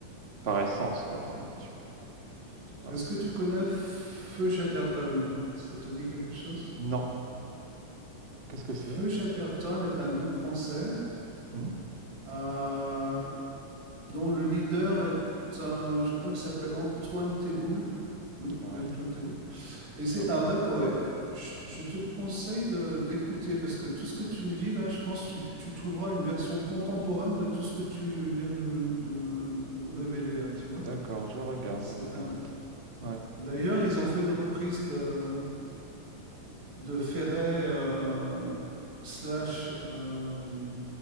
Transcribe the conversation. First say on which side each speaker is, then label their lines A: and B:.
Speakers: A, on the right; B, on the right.
A: par essence, quoi, par nature. Voilà.
B: Est-ce que tu connais Feu Chatterton? Ça te dit quelque chose?
A: Non. Qu'est-ce
B: Feu
A: que c'est
B: Chatterton est un groupe français.
A: Hmm
B: Euh, dont le leader est un, je crois qu'il s'appelle Antoine Teboul. Oui,
A: Ouais,
B: et Antoine Teboul. Et c'est
A: je regarde.
B: un vrai poète. Je, je te conseille de- d'écouter parce que tout ce que tu me dis là, je pense que tu, tu trouveras une version contemporaine de tout ce que tu viens de me, de me révéler là, tu vois.
A: D'accord, je regarde,
B: C'est
A: je regarde.
B: un.
A: Ouais.
B: D'ailleurs, ils ont fait une reprise de, de Ferret euh, slash euh,